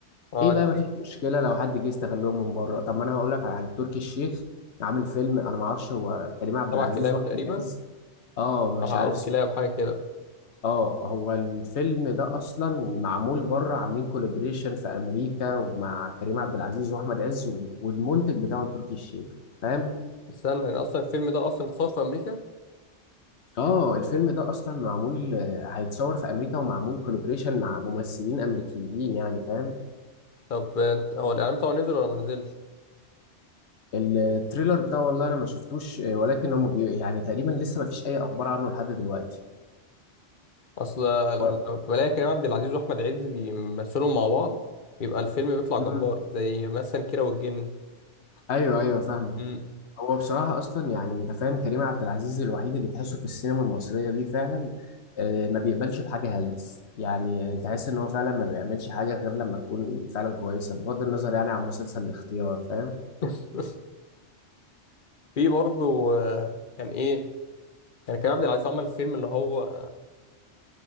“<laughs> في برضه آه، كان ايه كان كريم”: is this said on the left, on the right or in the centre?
Left